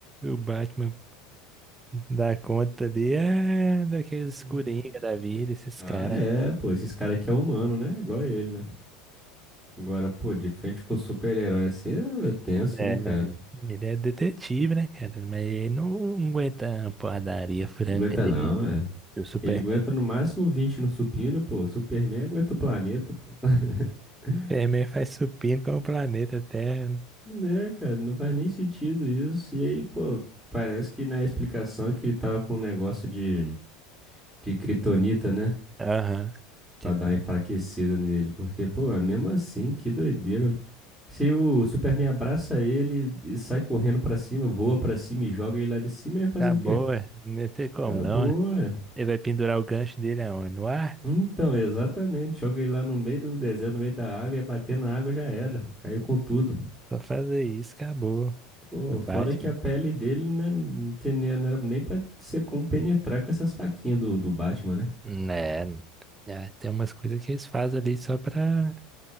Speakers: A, on the right; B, in the centre.
A: o Batman dá conta ali é daqueles
B: Hum.
A: coringa da vida, esses
B: Ah,
A: caras.
B: é, pô. Esses caras aqui é humano, né? Igual ele, né? Agora, pô, de frente com super-herói assim é tenso,
A: É,
B: né, cara?
A: ele é detetive, né, cara? Mas ele não aguenta uma porradaria franca
B: Não aguenta
A: ali.
B: não, é.
A: O Superman.
B: Ele aguenta no máximo 20 no supino, pô. O Superman aguenta o planeta, pô. <laughs>
A: Superman faz supino com o planeta Terra, né?
B: Né, cara, não faz nem sentido isso. E aí, pô, parece que na explicação é que ele tava com um negócio de. de Kryptonita, né?
A: Aham. Tita-
B: Pra dar uma enfraquecida nele. Porque, pô, é mesmo assim, que doideira. Se o Superman abraça ele e sai correndo pra cima, voa pra cima e joga ele lá de cima, ele vai fazer
A: Acabou,
B: o quê?
A: é. Não tem como
B: Acabou,
A: não, é.
B: é.
A: Ele vai pendurar o gancho dele aonde? No ar?
B: Então, exatamente. Joga ele lá no meio do deserto, no meio da água, e bater na água já era. Caiu com tudo.
A: Só fazer isso, acabou.
B: Pô,
A: No Batman.
B: fora que a pele dele, né, não tem nem- não era nem pra ser como penetrar com essas faquinhas do, do Batman, né?
A: Né. né, Tem umas coisas que eles fazem ali só pra,